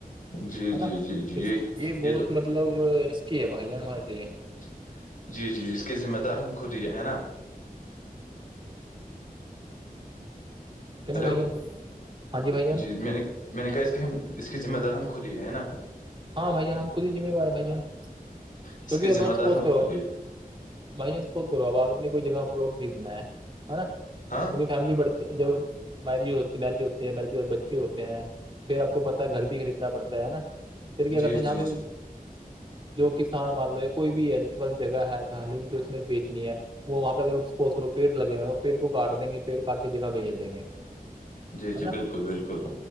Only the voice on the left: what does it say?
جی
جی
جی جی
تو
جی جی جی اس کے ذمہ دار ہم خود ہی ہیں نا
ہیلو
جی میں نے میں نے کہا اس کے ہم اس کی ذمہ دار ہم خود ہی ہے نا
اس
کے ذمہ
دار
ہم
خود ہی
ہاں
جی
جی
جی
جی جی
بالکل بالکل